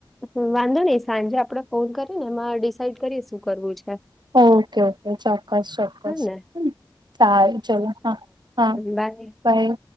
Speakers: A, in the centre; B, on the right (about 65°).
A: હ વાંધો નઈ સાંજે આપડે ફોન કરીએ ને એમાં ડિસાઈડ કરીએ શું કરવું છે.
B: ઓકે ઓકે ચોક્કસ ચોક્કસ
A: હ ને
B: સારૂ ચલો હા હા.
A: બાય
B: કઈ.